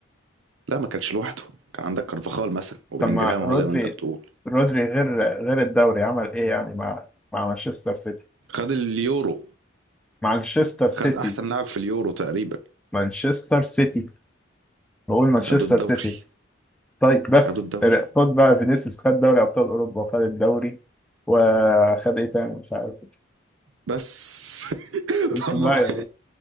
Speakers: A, on the right; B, in the centre.
A: لا ما كانش لوحده كان عندك كارفاخال مثلا وبلينجهام
B: طب ما رودري
A: اهو زي ما انت بتقول
B: رودري غير غير الدوري عمل ايه يعني مع مع مانشستر سيتي
A: خد اليورو
B: مانشستر سيتي
A: خد احسن لاعب في اليورو تقريبا
B: مانشستر سيتي بقول مانشستر
A: خدوا الدوري
B: سيتي طيب بس
A: خدوا الدوري
B: خد بقى فينيسيوس خد دوري ابطال اوروبا وخد الدوري وخد ايه تاني مش عارف
A: بس <laughs>
B: بس
A: طب
B: لا
A: <laughs> ما-
B: يا